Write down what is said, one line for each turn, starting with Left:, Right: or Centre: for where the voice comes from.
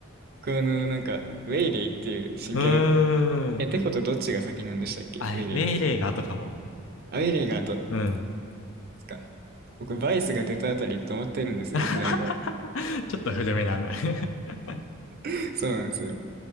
Right: 僕、あの、なんか、ウェイレイっていう新キャラ
Left: うーん。
Right: え、テフォとどっちが先なんでしたっけウェイレイって。
Left: あ、メイレイがとかも。
Right: あ、ウェイレイが後。で
Left: うん。
Right: すか僕、バイスが出たあたり止まってるんですよ、
Left: <laughs>
Right: 時代が。
Left: ちょっと古めだな <laughs>
Right: <laughs> そうなんですよ。